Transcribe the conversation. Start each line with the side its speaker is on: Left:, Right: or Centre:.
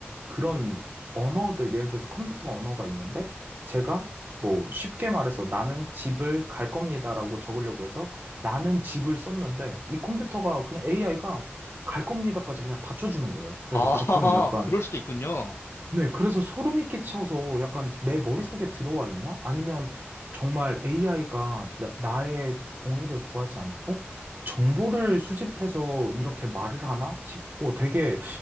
Right: 그런 언어들, 예를 들어서 컴퓨터 언어가 있는데 제가 뭐 쉽게 말해서 나는 집을 갈 겁니다라고 적으려고 해서 나는 집을 썼는데 이 컴퓨터가 그냥 AI가 갈 겁니다까지 그냥 다 쳐주는 거예요. 그래서
Left: 아,
Right: 가끔은
Left: <laughs>
Right: 약간
Left: 그럴 수도 있군요.
Right: 네, 그래서 소름이 끼쳐서 약간 내 머릿속에 들어와 있나? 아니면 정말 AI가 나, 나의 동의를 구하지 않고 정보를 수집해서 이렇게 말을 하나 싶고 되게